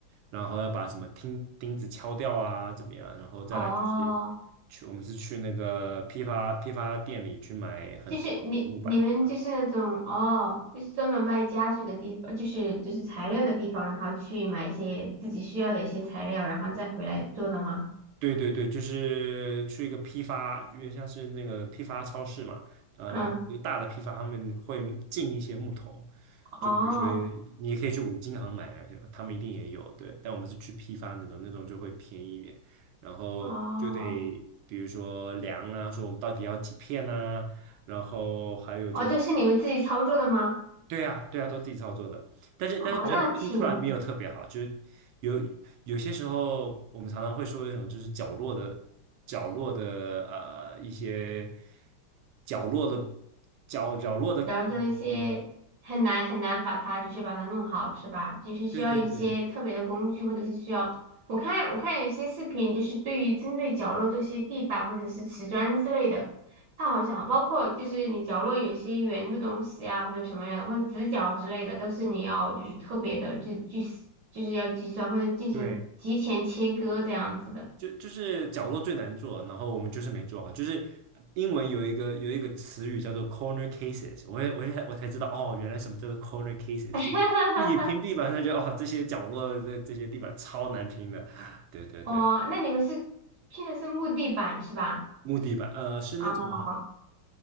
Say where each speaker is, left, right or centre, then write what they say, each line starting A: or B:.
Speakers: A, on the right; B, on the right.
A: 然后要把什么钉钉子敲掉啊，怎么样，然后再来就是去我们是去那个批发批发店里去买很多木板，
B: 哦。就是你你们就是那种哦，就是专门卖家具的地方，就是就是材料的地方，然后去买一些自己需要的一些材料，然后再回来做的吗？
A: 对对对，就是去一个批发，有点像是那个批发超市嘛，啊，
B: 嗯，
A: 然后一个大的批发，他们会进一些木头，就比如说
B: 哦
A: 你也可以去五金行买啊，他们一定也有，对，但我们是去批发那种，那种就会便宜一点，然后就得比如说量啊，
B: 哦
A: 说我们到底要几片呐，然后还有就是。
B: 哦，都是你们自己操作的吗？
A: 对呀，对呀，都自己操作的，但是但是最后拼出来没有特别好，
B: 哦，那挺
A: 就是有有些时候我们常常会说一种就是角落的角落的呃一些角落的角角落的
B: 然后这一些很难很难把它就是把它弄好，
A: 嗯，
B: 是吧？就是需要一些特别的工具，
A: 对对对
B: 或者是需要我看我看有些视频，就是对于针对角落这些地板或者是瓷砖之类的，它好像包括就是你角落有一些圆的东西啊，或者什么样的，或者直角之类的，都是你要就是特别的就就是就是要计算或者进行提前切割这样子的。
A: 对，就就是角落最难做，然后我们就是没做好。就是英文有一个有一个词语叫做 corner cases，我也我也我才知道哦，原来什么叫做 corner cases，
B: <laughs>
A: 就是你平地板上就哦这些角落的这些地板超难拼的，对对对，
B: 哦，那你们是拼的是木地板是吧？
A: 木地板呃是那种
B: 啊，